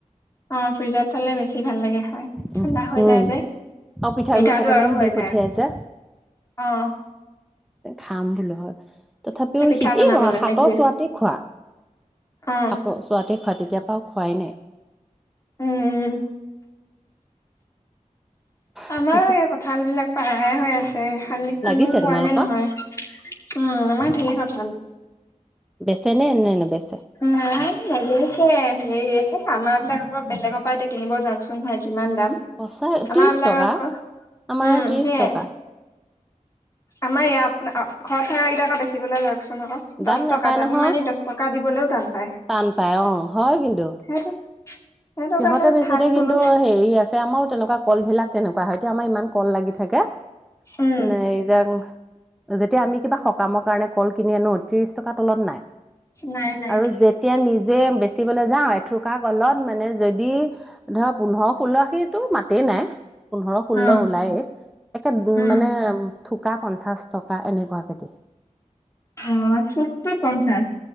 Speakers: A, on the left; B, in the centre.
A: অ' ফ্ৰিজত থলে বেছি ভাল লাগে খাই। ঠাণ্ডা
B: উম,
A: হৈ যায় যে
B: আৰু পিঠাগুৰি
A: মিঠাটো
B: কেইটামানো
A: আৰু হৈ
B: দি
A: যায়
B: পঠিয়াইছে।
A: অ
B: খাম বোলো হয়, তথাপিও
A: সেই পিঠা
B: সি
A: বনাবলৈ
B: এই সাতৰ
A: নে কি
B: চুৱাতে খোৱা। সাতৰ
A: অ
B: ছোৱাতে খোৱা ঔতেতিয়াৰ পৰা আৰু খোৱাই নাই।
A: উম।
B: তাৰপিছত
A: আমাৰো এই কঁঠাল বিলাক পাৰাই হৈ আছে। খালি
B: লাগিছে
A: কোনো খোৱাহে
B: তোমালোকৰ
A: নহয়, উম আমাৰ ঢেৰ কঠাল।
B: বেচে নে নেবেচে।
A: নাই নেবেছে, হেৰি আমাৰ বিলাক আকৌ বেলেগৰ পৰা এতিয়া কিনিব যাওকচোন, হয় কিমান দাম।
B: সচা
A: আমাৰ
B: ত্ৰিশ
A: বিলাক
B: টকা,
A: আকৌ
B: আমাৰ
A: উম
B: ইয়াত ত্ৰিশ
A: সেয়ে
B: তকা।
A: আমাৰ ইয়াত ঘৰত থকা কেইটা বেচিবলৈ যাওকচোন আকৌ।
B: দাম
A: দহ
B: নোপায়
A: টকা, টানি
B: নহয়
A: মানি দহ টকা দিবলৈও টান পায়।
B: টান পায়, অ' হয় কিন্তু।
A: সেইটো সেইটো
B: সিহঁতেৰ
A: কাৰণে
B: বেছোতে
A: থাক বোলো।
B: কিন্তু হেৰি আছে আমাৰো তেনেকুৱা কল বিলাক তেনেকুৱা হয় এতিয়া আমাৰ ইমান কল লাগি থাকে,
A: উম
B: ন এতি যেতিয়া আমি কিবা সকামৰ কাৰণে কল কিনি আনো ত্ৰিশ টকাৰ তলত নাই।
A: নাই নাই
B: আৰু যেতিয়া নিজে বেচিবলৈ যাও এথোক‌া ক'লত মানে যদি ধৰা পোন্ধৰ ষোল্ল আশিটো মাতেই নাই, পোন্ধৰ ষোল্ল
A: অ
B: ওলায়ে। একে
A: উম
B: মানে থোকা পঞ্চাশ টকা এনেকুৱাকে দি।
A: অহ, থোকটা পঞ্চাশ।